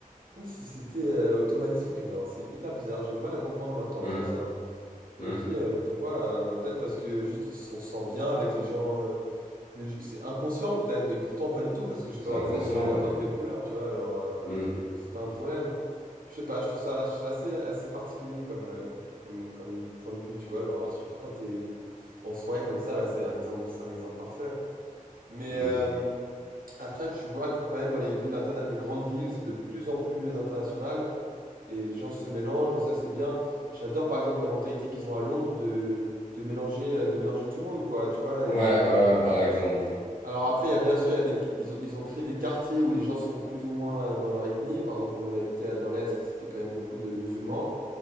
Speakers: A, on the right (about 80°); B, on the left (about 80°).
A: comme si c'était euh, automatique, genre, c'est hyper bizarre, j'ai du mal à comprendre moi de temps
B: Hmm.
A: en temps ça. Je
B: Hmm.
A: me dis, euh, mais pourquoi? euh, bah, peut-être parce que juste ils s- on se sent bien avec les gens euh, Mais je- C'est inconscient peut-être, mais pourtant pas du tout, parce que je
B: C'est
A: peux avoir
B: inconscient.
A: des amis de n'importe
B: Ouais.
A: quelle couleur, tu vois, alors euh,
B: Hmm.
A: c'est pas un problème. Je sais pas, je trouve ça, je trouve ça assez, assez particulier comme, euh, comme, comme point de vue, tu vois, genre, euh, surtout quand t'es en soirée comme ça, bah, c'est un exemple, c'est un exemple parfait. Mais
B: Hmm.
A: euh, après, tu vois que quand même dans les villes interna- les grandes villes, c'est de plus en plus international, et les gens se mélangent, et ça c'est bien. J'adore par exemple la mentalité qu'ils ont à Londres de, de mélanger, euh, de mélanger tout le monde, quoi, tu vois,
B: Ouais,
A: ils-
B: ouais, ouais, par exemple.
A: Alors après, il y a bien sûr, il y a des, ils ont, ils ont créé des quartiers où les gens sont plus ou moins dans leur ethnie. Par exemple, où on habitait à- dans l'Est, c'était quand même beaucoup de musulmans.